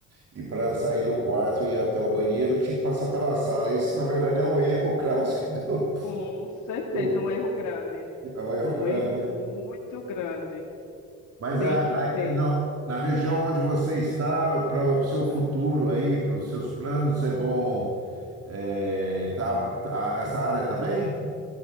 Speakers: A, on the right; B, on the left.
A: e para sair do quarto e ir até o banheiro tinha que passar pela sala. Isso, na verdade, é um erro <laughs> clássico do,
B: Com certeza,
A: do-
B: um erro grande.
A: É um erro
B: Um
A: grande,
B: erro muito
A: né?
B: grande.
A: Mas
B: Tem
A: a,
B: que
A: a-
B: ter.
A: na, na região onde você está, para o seu futuro aí, para os seus planos, é bom. é, tá- tá- essa área está bem?